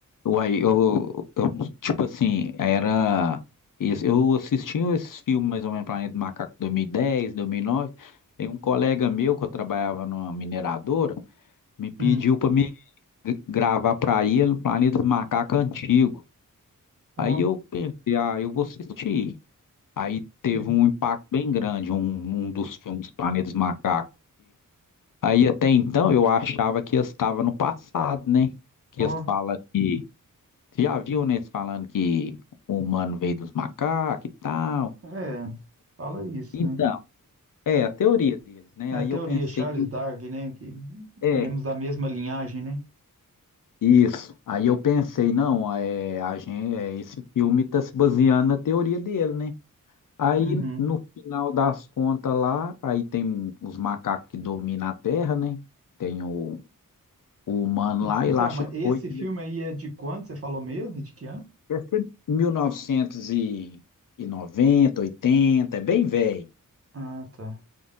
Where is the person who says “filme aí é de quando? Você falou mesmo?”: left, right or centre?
Right